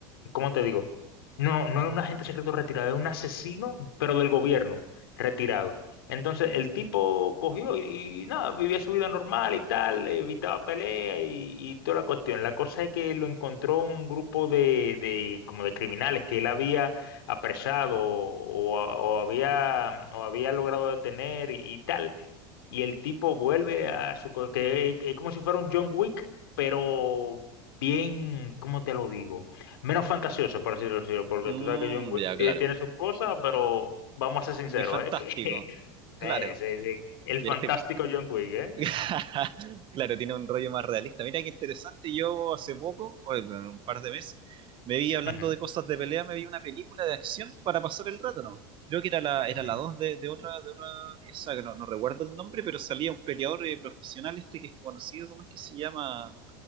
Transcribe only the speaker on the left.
¿cómo te digo? No, no es un agente secreto retirado, es un asesino, pero del gobierno retirado. Entonces
el tipo cogió y, y nada, vivía su vida normal y tal, evitaba pelea y, y toda la cuestión. La cosa es que lo encontró un grupo de, de como de criminales que él había apresado o, a- o había, o había logrado detener y, y tal. Y el tipo vuelve a su... co- que es como si fuera un John Wick, pero bien, ¿cómo te lo digo? Menos fantasioso, por decirlo así, decirlo, porque
tú sabes que John Wick
tie- tiene sus cosas, pero vamos a ser sinceros,
¿eh? Que, <laughs>
sí, sí, sí. El
fantástico
John Wick, ¿eh?
Ujú,
ujú.